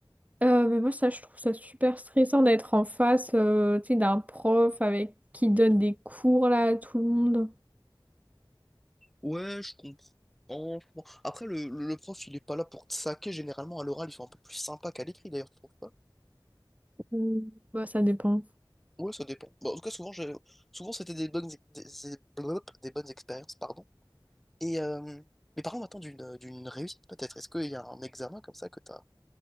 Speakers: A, on the right; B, in the centre.
A: Euh, mais moi, ça, je trouve ça super stressant d'être en face, euh, tu sais, d'un prof avec qui donne des cours là à tout le monde.
B: Ouais, je comprends. je comprends. Après, le, le- le prof, il est pas là pour te saquer. Généralement, à l'oral, ils sont un peu plus sympas qu'à l'écrit, d'ailleurs, tu trouves pas
A: Ou- Bah, ça dépend.
B: Ouais, ça dépend. Bah, en tout cas, souvent, je... souvent c'était des bonnes, des... des blop, des bonnes expériences, pardon. Et, euh... Mais parlons maintenant d'une d'une réussite, peut-être. Est-ce qu'il y a un examen comme ça que tu as